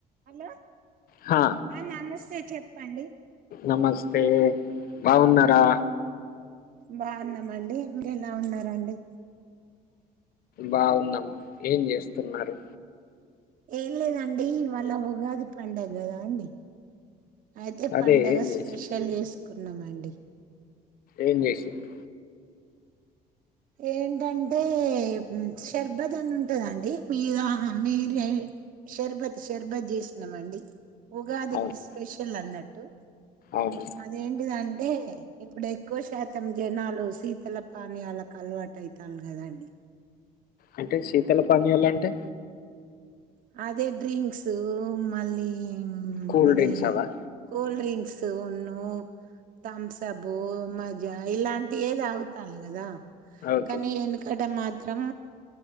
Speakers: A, on the right; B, on the left.
A: Hello
B: హా
A: అ నమస్తే చెప్పండి,
B: నమస్తే బాగున్నారా,
A: బాగున్నామండి ఎలా ఉన్నారండి,
B: బాగున్నాం ఏం చేస్తున్నారు.
A: ఏం లేదండి వాళ ఉగాది పండగ కదా అండి అయితే
B: అదే
A: పండగ
B: ఏం
A: స్పెషల్
B: చేసి
A: చేసుకున్నామండి.
B: ఏంచేసిర్రు
A: ఏంటంటే షర్బత్ అని ఉంటందండి మీరు మీరే షర్బత్ షర్బత్ చేసినమండి, ఉగాదికి
B: అవును
A: స్పెషల్ అన్నట్టు
B: అవును
A: అదేంటిదింటే ఇప్పుడు ఎక్కువ శాతం జనాలు శీతల పానీయాలకు అలవాటయితలు కాదండి,
B: అంటే శీతలపానీయలు అంటే
A: అదే డ్రింక్స్ మళ్ళీ హు
B: కూల్
A: ఇది
B: డ్రింక్స్ అవా
A: కూల్ డ్రింక్స్ ఉను తంసబూ, మజా ఇలాంటివే తాగుతాలు కదా
B: ఓకే
A: కానీ వెనకట మాత్రం